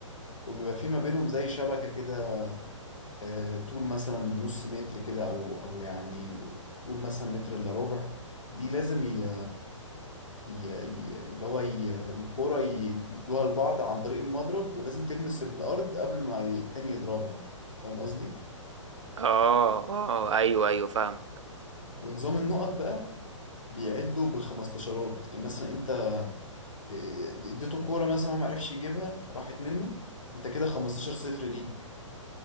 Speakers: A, on the left; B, on the right.
A: وبيبقى في ما بينهم زي شبكة كده آه، طول مثلا نص متر كده او او يعني قول مثلا متر الا ربع دي لازم ي- ي- ي- اللي هو ي- الكورة ي- يدوها لبعض عن طريق المضرب ولازم تلمس الأرض قبل ما ي- التاني يضربها فاهم قصدي؟
B: اه اه ايوه ايوه فاهم
A: ونظام النقط بقى بيعدوا بالخمستاشرات يعني مثلا انت اه، اديته كورة مثلا هو ما عرفش يجيبها راحت منه انت كده 15 صفر ليك